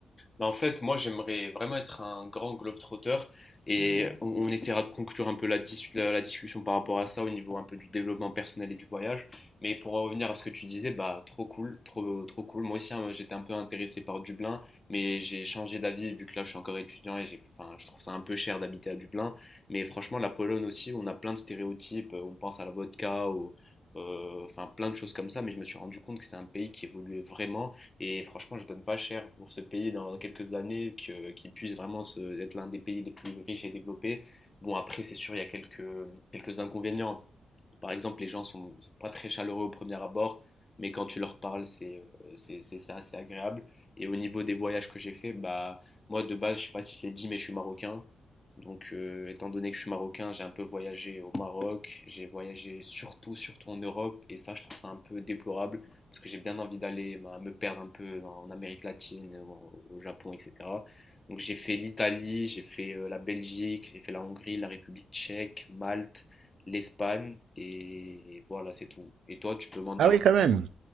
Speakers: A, on the left (about 25°); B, on the right (about 85°).
A: Bah, en fait, moi, j'aimerais vraiment être un grand globetrotter et on, on essaiera de conclure un peu la, dis- la- la discussion par rapport à ça au niveau un peu du développement personnel et du voyage. Mais pour en revenir à ce que tu disais, bah trop cool, trop trop cool. Moi aussi, hein, j'étais un peu intéressé par Dublin, mais j'ai changé d'avis vu que là, je suis encore étudiant et j'ai, enfin, je trouve ça un peu cher d'habiter à Dublin. Mais franchement, la Pologne aussi, on a plein de stéréotypes. On pense à la vodka, au- euh, enfin plein de choses comme ça. Mais je me suis rendu compte que c'était un pays qui évoluait vraiment et franchement, je donne pas cher pour ce pays dans quelques années que, qu'il puisse vraiment se- être l'un des pays les plus riches et développés. Bon, après, c'est sûr, il y a quelques, quelques inconvénients par exemple, les gens ne sont, sont pas très chaleureux au premier abord, mais quand tu leur parles, c'est euh, c'est c'est ça, c'est agréable. Et au niveau des voyages que j'ai fait, bah moi de base, je ne sais pas si je l'ai dit, mais je suis marocain. Donc, euh, étant donné que je suis marocain, j'ai un peu voyagé au Maroc, j'ai voyagé surtout, surtout en Europe, et ça, je trouve ça un peu déplorable, parce que j'ai bien envie d'aller bah, me perdre un peu en, Amérique latine, au, au Japon, etc. Donc, j'ai fait l'Italie, j'ai fait euh, la Belgique, j'ai fait la Hongrie, la République tchèque, Malte, l'Espagne et voilà, c'est tout. Et toi, tu peux m'en dire
B: Ah oui,
A: un peu.
B: quand même.